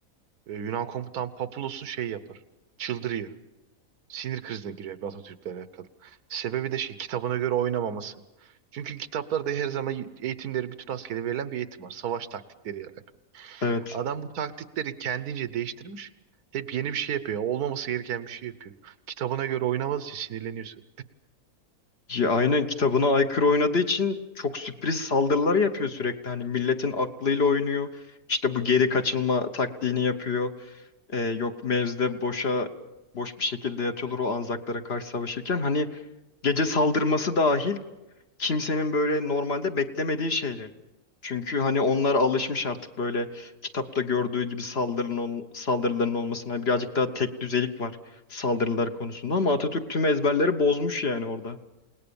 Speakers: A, on the right; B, on the left.
A: Ee, Yunan komutan Papulos'u şey yapar. Çıldırıyor. Sinir krizine giriyor bir Atatürk'le alakalı. Sebebi de şey kitabına göre oynamaması. Çünkü kitaplarda her zaman eğitimleri bütün askere verilen bir eğitim var. Savaş taktikleriyle alakalı.
B: Evet.
A: Adam bu taktikleri kendince değiştirmiş. Hep yeni bir şey yapıyor. Olmaması gereken bir şey yapıyor. Kitabına göre oynamadığı için sinirleniyorsun.
B: Ya, aynen kitabına aykırı oynadığı için çok sürpriz saldırılar yapıyor sürekli. Hani milletin aklıyla oynuyor. İşte bu geri kaçılma taktiğini yapıyor. Ee, yok mevzide boşa boş bir şekilde yatıyorlar o Anzaklara karşı savaşırken. Hani gece saldırması dahil kimsenin böyle normalde beklemediği şeyler. Çünkü hani onlar alışmış artık böyle kitapta gördüğü gibi saldırının, ol- saldırıların olmasına Hani, birazcık daha tek düzelik var saldırılar konusunda ama Atatürk tüm ezberleri bozmuş yani orada.